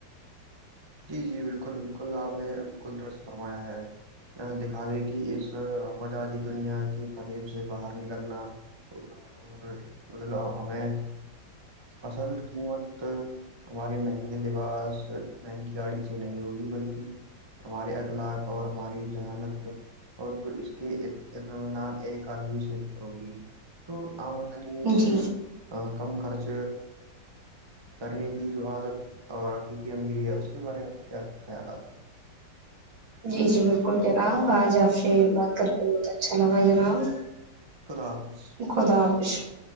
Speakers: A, on the right; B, on the right.
A: جی جی بالکل بالکل آپ نے بالکل درست فرمایا ہے دکھاوے کہ اس مججی دنیا کے فریب سے باہر نکلنا ہوگا اور مطلب ہمیں اصل قیمت <inaudible> ہمارے مہنگے لباس مہنگی گاڑی سے نہیں ہوگی بلکہ ہمارے اخلاق اور ہماری جانت اور جو اس کی اطمینان ایک عالوی سے ہوگی تو ہمد نہیںسے
B: جی
A: <inaudible> کم خرچ کرنے کی جو عادت اور حقیقی ا میریا <inaudible> اس کے بارے میں آپ کیا خیالات ہیں
B: جی جی بالکل جناب آج آپ سے بات کر کے بہت اچھا لگا جناب
A: خدافظ
B: خدا حافظ